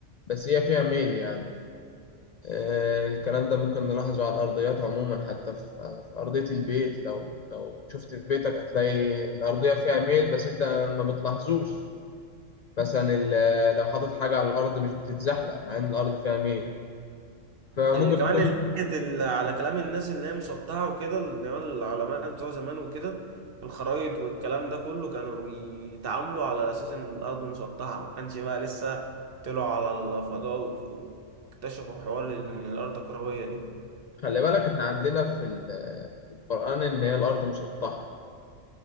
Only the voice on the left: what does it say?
بس هي فيها ميل يعني آه الكلام ده ممكن نلاحظه على الأرضيات عموما حتى في, آه، في أرضية البيت لو لو شفت في بيتك هتلاقي الأرضية فيها ميل بس انت ما بتلاحظوش مثلا ال- لو حاطط حاجة على الأرض مش بتتزحلق مع ان الأرض فيها ميل فممكن
تكون
خلي بالك احنا عندنا في ال- في القرآن ان هي الأرض مسطحة